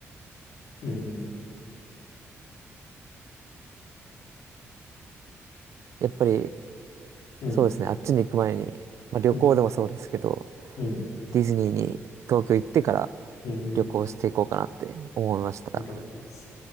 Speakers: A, on the left (about 75°); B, on the right (about 65°).
A: うん
B: やっぱり、
A: うん。うん
B: そうですね、あっちに行く前に、まあ旅行でもそうですけど、
A: うんうん。
B: ディズニーに東京行ってから
A: うんうん。
B: 旅行していこうかなって思いました。
A: いいと思います。